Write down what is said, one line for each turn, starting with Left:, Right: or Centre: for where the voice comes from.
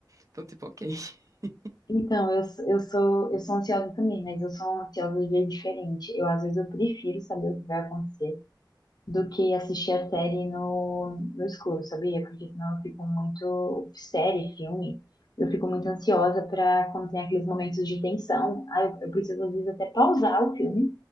Right: Então, tipo, ok. <laughs>
Left: Então, eu, s- eu sou, eu sou ansiosa também, mas eu sou ansiosa de jeito diferente. Eu, às vezes, eu prefiro saber o que vai acontecer do que assistir a série no, no escuro, sabia? Porque senão eu fico muito. Série, filme, eu fico muito ansiosa pra quando tem aqueles momentos de tensão. Ah, eu, eu preciso, às vezes, até pausar o filme